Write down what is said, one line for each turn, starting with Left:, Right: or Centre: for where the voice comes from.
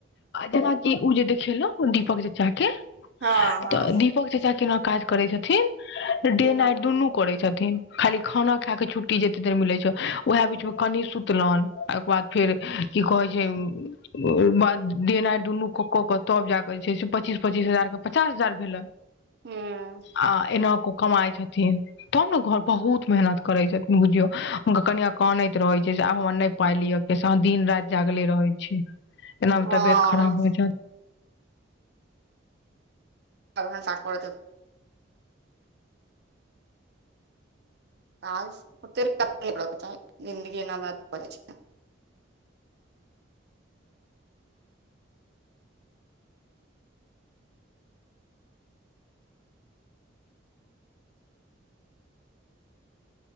Left: जेनाकी ओ जे देखेलो। दीपक जे चके। <unintelligible>
Right: हँ हँ
Left: तऽ दीपक जे च क ने काज। करै छथिन। <unintelligible>
Right: केना
Left: े नाट दुनू कर छथि। <unintelligible> खाली खाना खाय के छुट्टी मिल छै उएह बीच मे कनि सुतलनि ओ बाद फेर की कहे छै। <unintelligible> देनाइ दुनू क क के तब जाके जे छै से पच्चीस- पच्चीस हजार के पचास हजार भेले।
Right: हूँ
Left: आ एना क। <unintelligible> कमाइ छथिन तब ने घर बहुत मेहनत करै छथिन बुझियौ हुनका कनिआ कहानैत रहैत छियै से आब हमरा नहि पाइ लिअ क से अहाँ दिन राति जागले रहैत छियै। <unintelligible> एनाी
Right: हँ
Left: तबियत खराब होइ छ। <unintelligible>
Right: तन चाक करत। <unintelligible> काज ओ जिन्दगीना बात पै छै। <unintelligible>